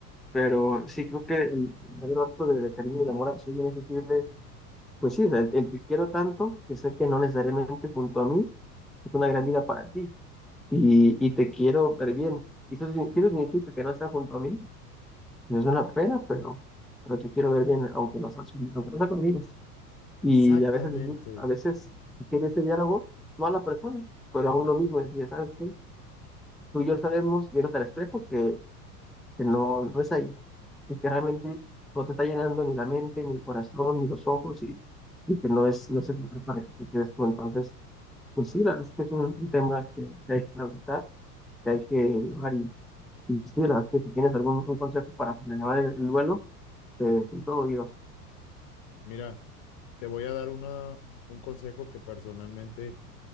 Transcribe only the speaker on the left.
Exactamente.
Mira, te voy a dar una, un consejo que personalmente